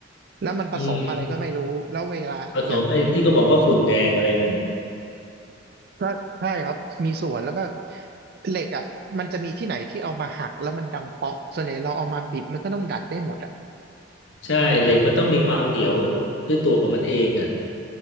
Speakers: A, on the right; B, on the left.
A: แล้วมันผสมอะไรก็ไม่รู้แล้วเวลาอย่าง
B: อืมผสมไอ้ที่ก็บอกว่าฝุ่นแดงอะไรนั่นน่ะ
A: ก็ใช่ครับมีส่วนแล้วก็เหล็กอ่ะมันจะมีที่ไหนที่เอามาหักแล้วมันดังเปาะส่วนใหญ่เราเอามาบิดมันก็ต้องดัดได้หมดอ่ะ
B: ใช่เหล็กมันต้องมีความเหนียวด้วยตัวของมันเองอ่ะ